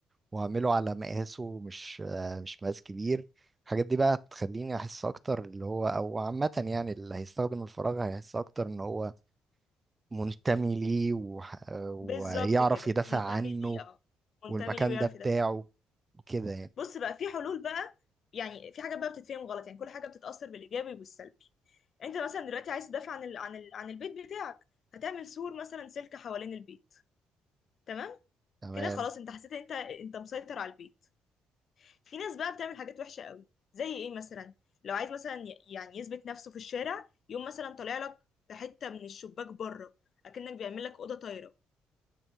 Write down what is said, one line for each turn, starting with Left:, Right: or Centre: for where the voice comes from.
Right: واعمله على مقاسه مش آه، مش مقاس كبير الحاجات دي بقى تخليني احس اكتر اللي هو او عامة يعني اللي هيستخدم الفراغ هيحس اكتر ان هو منتمي ليه وح- ويعرف
Left: بالظبط كده
Right: يدافع
Left: منتمي
Right: عنه
Left: ليه اه منتمي
Right: والمكان
Left: ليه ويعرف
Right: ده
Left: يدافع
Right: بتاعه كده يعني
Left: بص بقى في حلول بقى يعني في حاجات بقى بتتفهم غلط يعني كل حاجة بتتأثر بالإيجابي والسلبي انت مثلا دلوقتي عايز تدافع عن ال... عن ال... عن البيت بتاعك هتعمل سور مثلا سلك حوالين البيت تمام
Right: تمام
Left: كده خلاص انت حسيت ان انت انت مسيطر على البيت في ناس بقى بتعمل حاجات وحشة قوي زي ايه مثلا لو عايز مثلا ي- يعني يثبت نفسه في الشارع يقوم مثلا طالع لك بحتة من الشباك بره اكنك بيعمل لك أوضة طايرة